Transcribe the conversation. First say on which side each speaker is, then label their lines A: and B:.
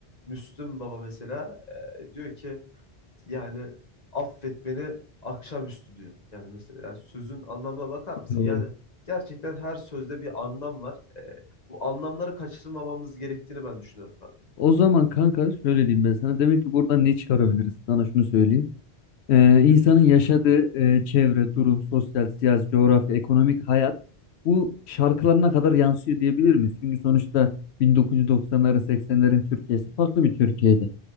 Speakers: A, on the left; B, on the left.
A: Müslüm Baba mesela e, diyor ki yani affet beni akşamüstü diyor. Yani mesela yani sözün anlamına bakar mısın?
B: doğru.
A: Yani gerçekten her sözde bir anlam var. E, bu anlamları kaçırmamamız gerektiğini ben düşünüyorum. Ha,
B: O zaman kanka şöyle diyeyim ben sana. Demek ki buradan ne çıkarabiliriz? Sana şunu söyleyeyim. Ee, insanın yaşadığı e, çevre, durum, sosyal, siyasi, coğrafya, ekonomik hayat bu şarkılarına kadar yansıyor diyebilir miyiz? Çünkü sonuçta 1990'ların 80'lerin Türkiye'si farklı bir Türkiye'ydi.